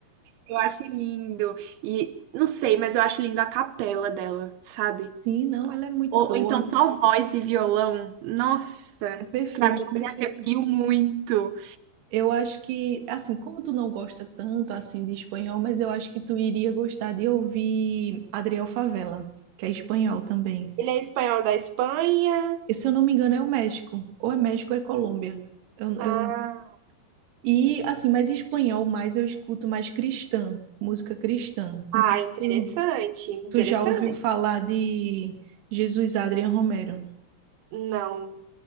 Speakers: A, on the right; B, on the right.
A: Eu acho lindo. E não sei, mas eu acho lindo a capela dela, sabe?
B: Sim, não, ela é muito
A: Ou,
B: boa.
A: ou então só voz e violão. Nossa,
B: É perfeita,
A: pra mim
B: é perfeita.
A: eu me arrepio muito.
B: Eu acho que, assim, como tu não gosta tanto assim de espanhol, mas eu acho que tu iria gostar de ouvir Adriel Favela, que é espanhol também.
A: Ele é espanhol da Espanha.
B: E, se eu não me engano, é o México, ou é México ou é Colômbia. Eu,
A: Ah,
B: eu... E assim, mas espanhol mais eu escuto mais cristã, música cristã. Não
A: ah,
B: sei
A: interessante,
B: se tu
A: interessante.
B: Tu já ouviu falar de Jesus Adriano Romero?
A: Não,